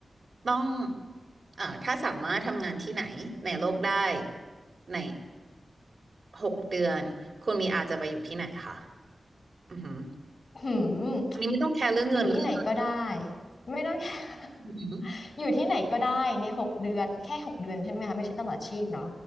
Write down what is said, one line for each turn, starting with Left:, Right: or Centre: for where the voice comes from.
Right: ต้องเอ่อถ้าสามารถทำงานที่ไหนในโลกได้ในหกเดือนคุณมีอาจะไปอยู่ที่ไหนคะอือหือ
Left: หืม
Right: อันนี้ไม่ต้องแคร์เรื่องเงินเลย
Left: อยู่ที่ไหนก็ได้ไม่ต้อง <laughs> แค่ <laughs>
Right: อือหือ
Left: อยู่ที่ไหนก็ได้ในหกเดือนแค่หกเดือนใช่ไหมคะไม่ใช่ตลอดชีพเนาะ